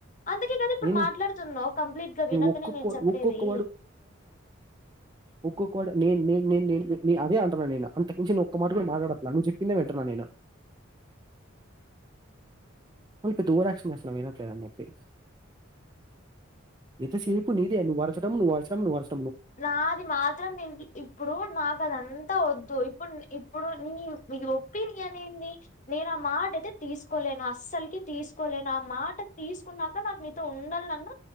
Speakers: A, on the left; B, on the right.
A: అందుకే కదా ఇప్పుడు
B: నేను
A: మాట్లాడుతున్నావు కంప్లీట్ గా వినకనే
B: ఒక్కొక్క
A: నేను చెప్పేది
B: ఒక్కొక్క ఒక్కోక్క వర్డ్ నేను నే నేను అదేఅంటున్నా నేను అంతకు మించి న ఒక్క మాట కూడా మాట్లాడకు నువ్వు చెప్పిందే వింటున్నా నేను మల్ల పెద్ద ఓవర్ యాక్షన్ చేస్తన్నా వినట్లేదుని చెప్పి ఎంత సేపు నీదే నువ్వు అరచడం నువ్వు అరచడం నువ్వు అరచ్
A: నాది మాత్రం నే ఇప్పుడు నాకు అదంతా వద్దు ఇప్పుడు ఇప్పుడు నీ నీ ఒపీనియన్ ఏంది నేను ఆ మాట అయితే తీసుకోలేను అస్సలుకి తీసుకోలేను ఆ మాట తీసుకున్నాక నాకు మీతో ఉండాల అన్న